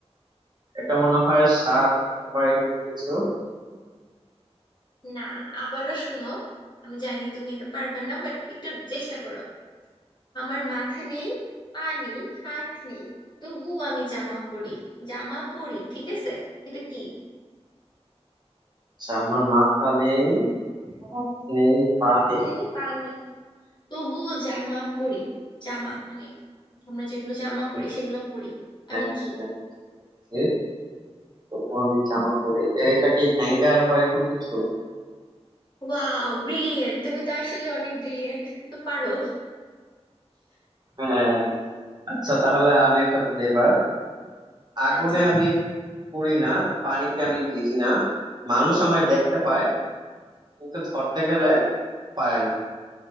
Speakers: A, on the right; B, on the left.
A: এটা মনে হয় সাপ বা এরকম কিছু
B: না আবারও শোনো আমি জানি তুমি এটা পারবে না বাট একটু চেষ্টা করো আমার মাথা নেই পা নেই হাত নেই তবু আমি জামা পরি জামা পরি ঠিক আছে এটা কি
A: আচ্ছা, আমার মাথা নেই হাত নেই পা
B: হাত
A: নেই
B: নেই পা নেই তবুও জামা পরি জামা মানে আমরা যেগুলো জামা পরি সেগুলো পরি
A: হ্যাঁ
B: আমি
A: হ্যাঁ
B: কি
A: হ্যাঁ বুঝছি। তবুও আমি জামা পরি এটা কি হ্যাঙ্গার বা এরকম কিছু
B: ওয়াও ব্রিলিয়েন্ট তুমি তো আসলে অনেক ব্রিলিয়েন্ট তুমি তো পারো
A: হ্যাঁ আচ্ছা তাহলে আমি একটা দিই এবার আগুনে
B: আচ্ছা
A: আমি পড়ি না পানিতে আমি ভিজি না মানুষ আমায় দেখতে পায় কিন্তু ধরতে গেলে পায় না